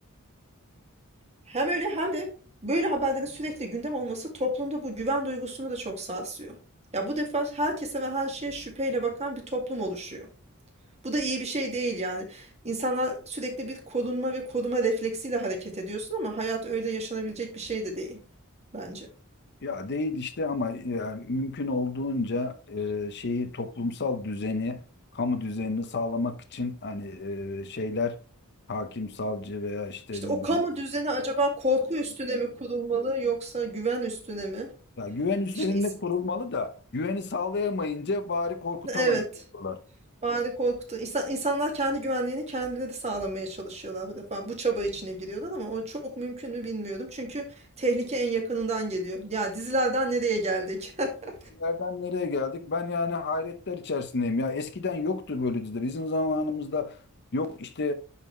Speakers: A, on the right (about 30°); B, on the left (about 50°).
A: Hem öyle hem de böyle haberlerin sürekli gündem olması toplumda bu güven duygusunu da çok sarsıyor. Ya bu defa herkese ve her şeye şüpheyle bakan bir toplum oluşuyor. Bu da iyi bir şey değil yani. İnsanlar sürekli bir korunma ve koruma refleksiyle hareket ediyorsun ama hayat öyle yaşanabilecek bir şey de değil bence.
B: Ya değil işte ama yani mümkün olduğunca e, şeyi toplumsal düzeni, kamu düzenini sağlamak için hani e, şeyler hakim, savcı veya işte
A: İşte
B: ne
A: o
B: bileyim
A: kamu düzeni acaba korku üstüne mi kurulmalı yoksa güven üstüne mi?
B: ya güven üzerinde
A: İşte is-
B: kurulmalı da güveni sağlayamayınca bari korkutalım
A: evet
B: diyorlar.
A: Bari korktu. İnsan, insanlar kendi güvenliğini kendileri sağlamaya çalışıyorlar bu defa. Bu çaba içine giriyorlar ama o çok mümkün mü bilmiyorum. Çünkü tehlike en yakınından geliyor. Ya dizilerden nereye geldik? <laughs>
B: Dizilerden nereye geldik? Ben yani hayretler içerisindeyim. Ya eskiden yoktu böyle diziler. Bizim zamanımızda yok işte